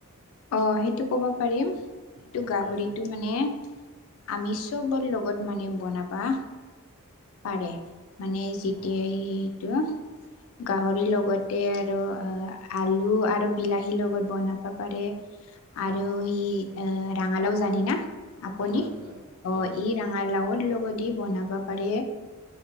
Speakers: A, on the left; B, on the right.
A: আহ সেইটো ক'ব পাৰিম সেইটো
B: অ'
A: গাহৰিটো
B: কোৱাচোন
A: মানে আমি চবৰ লগত মানে বনাবা পাৰে। মানে যেতিয়া
B: অ'
A: এইটো গাহৰি লগতে আৰু অ আলু আৰু বিলাহীৰ লগত বনাব পাৰে। আৰু
B: অ'
A: ই ৰাঙালাও জানে না? আপুনি
B: অ' জানো জানো জানো
A: অ ই ৰাঙালাওত ল দি বনাব পাৰে